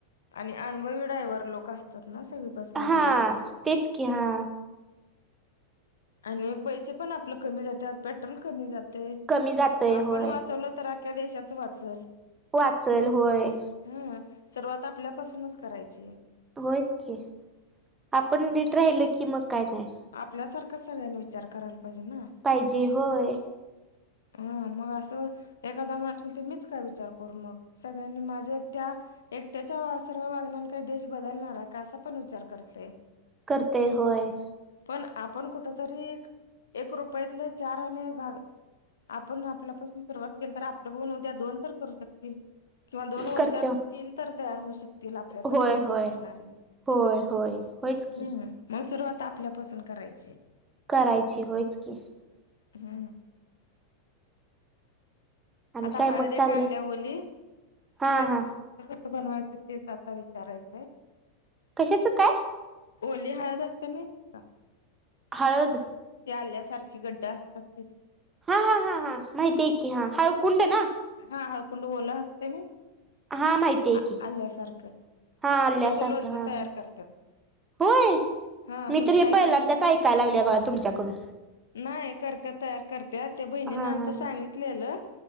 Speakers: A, on the left; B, on the right.
A: आणि अनुभवी ड्रायव्हर लोक असतात ना सगळी बसमधले
B: हा तेच क हा.
A: आणि पैसे पण आपले कमी जाते पेट्रोल कमी जाते
B: कमी जातय
A: आपण
B: होय
A: वाचवल तर. काय देशाचं वाचल.
B: वाचेल होय
A: हा सर्वात आपल्यापासूनच करायची आहे
B: होयच की आपण नट राहिल की मग काय नाही
A: आपल्यासारख सगळ्यांनी विचार करायला पाहिजे ना
B: पाहिजे होय
A: <inaudible> हा मग असं एखादा म म ते मीच काय विचार करू मग सगळ्यांनी माझ्या त्या एकट्याच्या सर वागण्या काही देश बदलणार आहे का असा पण विचार करते
B: करते होय
A: पण आपण कुठतरी एक रुपयातले चार आणि भाग आपण आपल्यापासून सुरुवात केली तर आपल्या बघून उद्या दोन तर करू शकतील किंवा दोन वर्षात
B: करते
A: तीन तर तयार होऊ शकत तिला आपल्यासारखा
B: होय
A: विचार
B: होय
A: करणारे
B: होय होय होयच की
A: हम्म मग सुरुवात आपल्यापासून करायची
B: करायची होयच की
A: हा.
B: आणि
A: आता
B: काय
A: हळद्या
B: मग चाललंय
A: का आणल्या ओली
B: हा
A: त्या
B: हा
A: कसं बनवायचं तेच आता विचारायचंय
B: कशाचं काय
A: ओली हळद असता माळतय का
B: हळद
A: ते आल्यासारखे गड्ड असतात त्याचे
B: हा हा हा हां माहिती आहे की हा हळू कुंड ना
A: हा हळकुंड ओला असते ना.
B: हा माहितीय
A: आ
B: की
A: आल्यासारखं
B: हा आल्यासारखं
A: त्याच लोणच
B: हा
A: तयार
B: हा
A: करतात.
B: होय
A: हा
B: मी
A: मग
B: तर हे
A: ते आईकंड
B: पहिल्यांदाच ऐकायला लागले बघा तुमच्याकडून.
A: नाही करत्या तयार करत्या त्या बहिणीन
B: हा
A: आमच्या
B: हा
A: सांगितलेलं.
B: हा